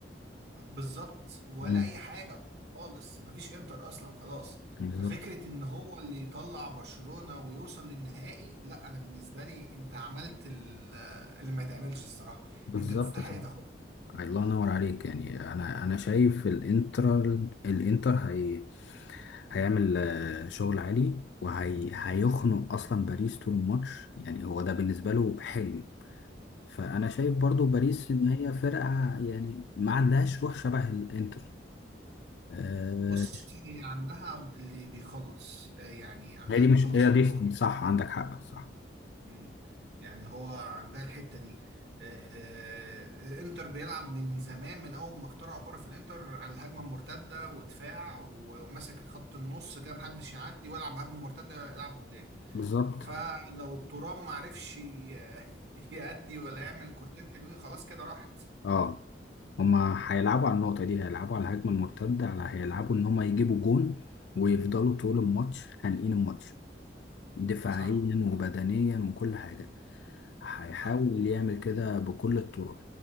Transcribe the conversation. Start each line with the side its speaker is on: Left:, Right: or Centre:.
Right: بالظبط ولا
Left: امم
Right: اي حاجه خالص ما فيش انتر اصلا خلاص
Left: بالظبط
Right: ففكره ان هو اللي يطلع برشلونه ويوصل للنهائي لا انا بالنسبه لي انت عملت ال- اللي ما يتعملش الصراحه
Left: بالظبط
Right: انت تستحق تاخدها
Left: الله ينور عليك يعني انا انا شايف الانتر الانتر هي هيعمل آه، شغل عالي وهي هيخنق اصلا باريس طول الماتش يعني هو ده بالنسبه له حلم فانا شايف برضو باريس ان هي فرقه يعني ما عندهاش روح شبه الانتر آه،
Right: بص هي عندها اللي بيخلص آه، يعني عندها
Left: هي دي
Right: اللي
Left: مش
Right: بيخلص
Left: هي
Right: الكرة
Left: دي صح عندك حق صح
Right: مم. يعني هو عندها الحتة دي آه، الانتر بيلعب من زمان من اول ما اخترعوا كرة في الانتر على الهجمة المرتدة ودفاع وماسك خط النص كده محدش يعدي ويلعب هجمة مرتدة يلعب قدام
Left: بالظبط
Right: فلو ترام معرفش ي- <laughs> يأدي ولا يعمل كورتين حلوين خلاص كده راحت
Left: اه هما هيلعبوا على النقطة دي هيلعبوا على الهجمة المرتدة على هيلعبوا ان هما يجيبوا جون ويفضلوا طول الماتش خانقين الماتش دفاعيا
Right: صح
Left: وبدنيا وكل حاجة هيحاول
Right: صح
Left: يعمل كده بكل الطرق